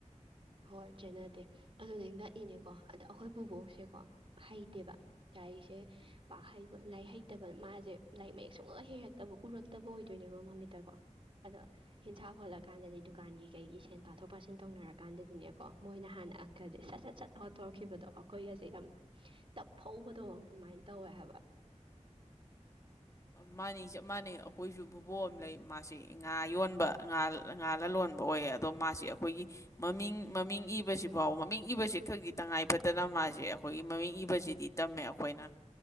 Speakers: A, on the right (about 45°); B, on the left (about 25°).
A: ꯍꯣꯏ ꯆꯦꯟꯅꯗꯦ ꯑꯗꯨꯅ ꯉꯛꯏꯅꯦꯀꯣ ꯑꯗ ꯑꯩꯈꯣꯏ ꯄꯨꯕꯣꯛꯁꯦꯀꯣ ꯍꯩꯇꯦꯕ ꯌꯥꯔꯤꯁꯦ ꯄꯥꯛ ꯍꯩꯕ ꯂꯥꯏꯔꯤꯛ ꯍꯩꯇꯕ ꯃꯥꯁꯦ ꯂꯥꯏꯔꯤꯛ ꯃꯌꯦꯛ ꯁꯨꯡꯉ ꯍꯩꯔꯛꯇꯕ ꯎꯔꯛꯇꯕ ꯑꯣꯏꯗꯣꯏꯅꯦꯕ ꯃꯃꯤꯠꯇꯀꯣ ꯑꯗꯣ ꯍꯤꯟꯁꯥ ꯍꯣꯜꯂꯀꯥꯟꯗꯗꯤ ꯗꯨꯀꯥꯟꯒꯤ ꯀꯩꯒꯤ ꯁꯦꯟ ꯄꯥꯊꯣꯛ ꯄꯥꯁꯤꯟ ꯇꯧꯅꯔꯛꯀꯦ ꯀꯥꯟꯗꯗꯤꯅꯦꯀꯣ ꯃꯣꯏꯅ ꯍꯥꯟꯅ ꯑꯪꯀꯁꯦ ꯁꯠ ꯁꯠ ꯁꯠ ꯍꯣꯠꯇꯣꯔꯛꯈꯤꯕꯗꯣ ꯑꯩꯈꯣꯏꯒꯁꯦ ꯌꯥꯝ ꯇꯞ ꯐꯧꯕꯗꯣ ꯑꯗꯨꯃꯥꯏꯅ ꯇꯧꯋꯦ ꯍꯥꯏꯕ
B: ꯃꯥꯅꯤ ꯆꯞ ꯃꯥꯟꯅꯩ ꯑꯩꯈꯣꯏꯁꯨ ꯚꯨꯕꯣ ꯑꯃ ꯂꯩ ꯃꯥꯁꯤꯦ ꯉꯥ ꯌꯣꯟꯕꯥ ꯉꯥ ꯂꯂꯣꯟꯕ ꯑꯣꯏꯌꯦ ꯑꯗꯣ ꯃꯥꯁꯦ ꯑꯩꯈꯣꯏꯒꯤ ꯃꯃꯤꯡ ꯃꯃꯤꯡ ꯏꯕꯁꯤ ꯐꯥꯎꯕ ꯃꯃꯤꯡ ꯏꯕꯁꯤ ꯈꯛꯒꯤ ꯇꯉꯥꯏ ꯐꯗꯅ ꯃꯥꯁꯦ ꯑꯩꯈꯣꯏꯒꯤ ꯃꯃꯤꯡ ꯏꯕꯁꯤꯗꯤ ꯇꯝꯃꯦ ꯑꯩꯈꯣꯏꯅ